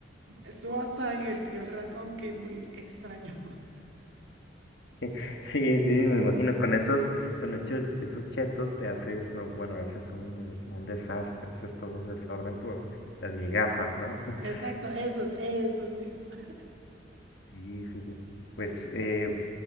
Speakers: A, on the right (about 75°); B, on the left (about 65°).
A: Estuvo hasta divertido el rato, aunque muy extraño. <laughs>
B: <laughs> Sí, sí, me imagino, con esos, con esos, esos chetos te haces, no, bueno, haces un, un desastre, haces todo un desorden por las migajas, ¿no? <laughs>
A: Exacto, esos, esos mismos. <laughs>
B: Sí, sí, sí. Pues, eh,